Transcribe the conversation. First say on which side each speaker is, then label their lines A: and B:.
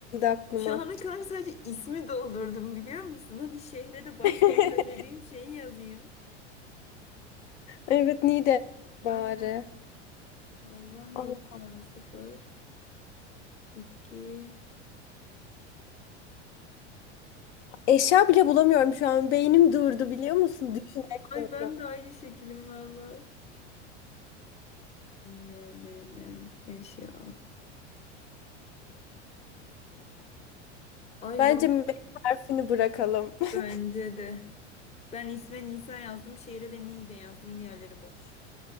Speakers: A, on the left; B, on the left.
A: aklıma.
B: Şu ana kadar sadece ismi doldurdum biliyor musun? Hadi şehre de başta
A: <laughs>
B: söylediğim şeyi yazayım.
A: Evet Nide bari.
B: Aynen. Hayvan yok
A: Allah.
B: ya sıfır. Bitki.
A: Eşya bile bulamıyorum şu an. Beynim durdu biliyor musun? Düşünemiyorum.
B: Ay ben de aynı şekilim valla. Ne ne ne eşya.
A: <laughs>
B: Hayvan
A: Bence M harfini bırakalım. <laughs>
B: bence de. Ben isme Nisa yazdım. Şehre de Niğde yazdım. Diğerleri boş.